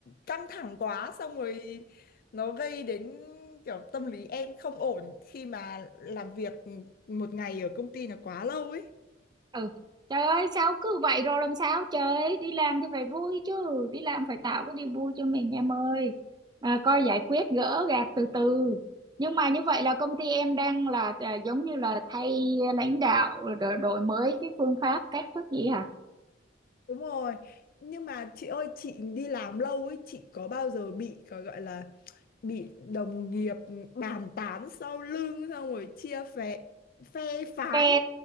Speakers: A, on the left (about 50°); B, on the right (about 25°).
A: căng thẳng quá xong rồi nó gây đến kiểu tâm lý em không ổn khi mà làm việc một ngày ở công ty là quá lâu ấy.
B: ừ trời ơi sao cứ vậy rồi làm sao trời đi làm thì phải vui chứ đi làm phải tạo cái niềm vui cho mình em ơi à, coi giải quyết gỡ gạc từ từ nhưng mà như vậy là công ty em đang là à, giống như là thay lãnh đạo đổi, đổi mới cái phương pháp cách thức gì hả
A: Đúng rồi. Nhưng mà chị ơi, chị đi làm lâu ấy, chị có bao giờ bị có gọi là bị đồng nghiệp bàn tán sau lưng xong rồi chia phe phe phái.
B: phe